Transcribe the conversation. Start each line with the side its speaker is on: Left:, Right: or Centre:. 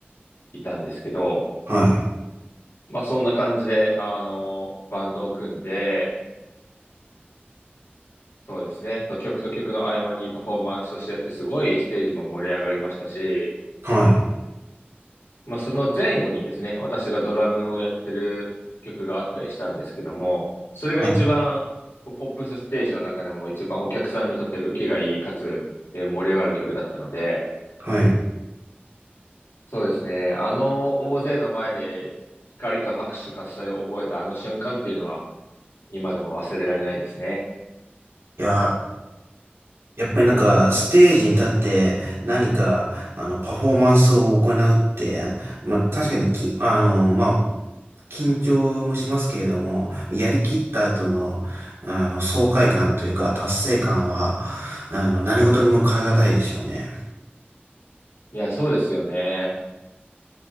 Left: いたんですけど、
Right: はい。
Left: まあそんな感じで、あの、バンドを組んで、そうですね、そう曲と曲の合間にパフォーマンスとしてやって、すごいステージも盛り上がりましたし、
Right: はい。
Left: まあその前後にですね、私がドラムをやってる曲があったりしたんですけども、それが一番、
Right: はい。
Left: こうポップスステージの中でも一番お客さんにとって受けがいい、かつ、えー盛り上がる曲だったので、
Right: はい。
Left: そうですね、あの大勢の前で光と拍手喝采を覚えたあの瞬間っていうのは、今でも忘れられないですね。
Right: いやー、やっぱりなんか、ステージに立って何か、あの、パフォーマンスを行うって、まあ、確かにき、あの、まあ、緊張もしますけれども、やりきった後の、あの、爽快感というか、達成感は、あの、何事にも代え難いでしょうね。
Left: いや、そうですよね。